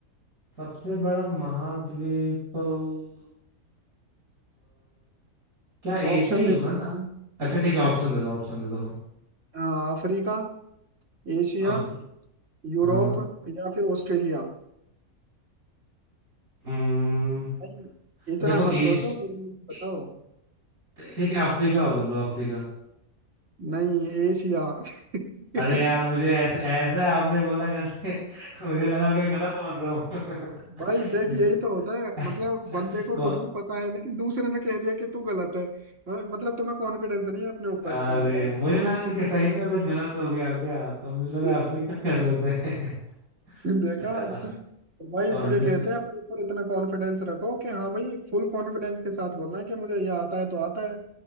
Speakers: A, on the right; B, on the right.
A: सबसे बड़ा महाद्वीप अ, क्या एशिया
B: ऑप्शन
A: ही होगा
B: दे सकता
A: ना
B: हूँ
A: अच्छा ठीक है ऑप्शन दे दो ऑप्शन दे दो हाँ
B: अ, अफ्रीका एशिया
A: अफ,
B: यूरोप
A: हाँ
B: या फिर ऑस्ट्रेलिया
A: हम्म।
B: नहीं इतना
A: देखो
B: मत
A: एश
B: सोचो जल्दी
A: ए-
B: बताओ
A: ठीक है अफ्रीका कर लो अफ्रीका
B: नहीं एशिया <laughs>
A: अरे यार मुझे ऐसे ऐसे आपने बोला जैसे <laughs> मुझे लगा कि मैं गलत बोल रहा हूँ
B: भाई
A: <laughs>
B: देख
A: ये तो
B: यही तो होता है मतलब
A: <laughs>
B: बंदे को
A: कौन
B: खुद को पता है लेकिन दूसरे ने कह दिया कि तू गलत है हाँ, मतलब तुम्हें कॉन्फिडेंस नहीं है अपने ऊपर
A: अरे
B: इसका मतलब
A: मुझे लगा कि सही में कुछ गलत हो गया क्या तो मुझे लगा
B: <laughs>
A: अफ्रीका कर लेते हैं <laughs>
B: फिर देखा
A: अच्छा था
B: तो भाई
A: कॉन्फिडेंस
B: इसलिए कहते हैं अपने ऊपर इतना कॉन्फिडेंस रखो कि हाँ भाई फुल कॉन्फिडेंस के साथ बोलना है कि मुझे ये आता है तो आता है